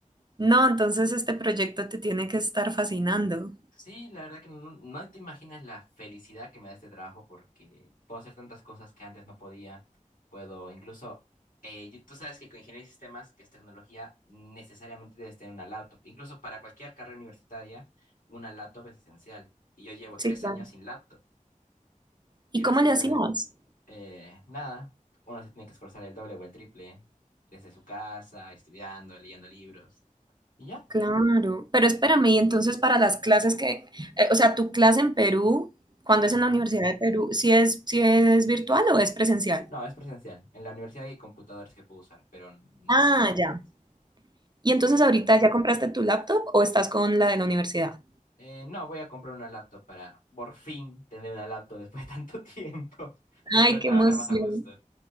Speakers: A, on the right; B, on the left.
A: No, entonces este proyecto te tiene que estar fascinando.
B: Sí, la verdad que no, no no te imaginas la felicidad que me da este trabajo porque puedo hacer tantas cosas que antes no podía. Puedo incluso, eh, yo- tú sabes que con ingeniería de sistemas, que es tecnología, necesariamente debes tener una laptop. Incluso para cualquier carrera universitaria, una laptop es esencial. Y yo llevo tres
A: Sí, claro.
B: años sin laptop.
A: ¿Y
B: Y recientemente,
A: cómo le hacías?
B: eh, nada, uno se tiene que esforzar el doble o el triple desde su casa, estudiando, leyendo libros. Y ya,
A: Claro, pero espérame, y entonces para las clases que, eh, o sea, tu clase en Perú, cuando
B: ajá.
A: es en la Universidad de Perú, si es, si es virtual o es presencial?
B: No, es presencial. En la universidad hay computadores que puedo usar, pero no
A: Ah,
B: son muy
A: ya.
B: buenos.
A: ¿Y entonces
B: Y
A: ahorita ya compraste tu laptop o estás con la de la universidad?
B: eh, no, voy a comprar una laptop para por fin tener una laptop después de tanto <laughs> tiempo y
A: Ay,
B: poder
A: qué
B: trabajar
A: emoción.
B: más a gusto.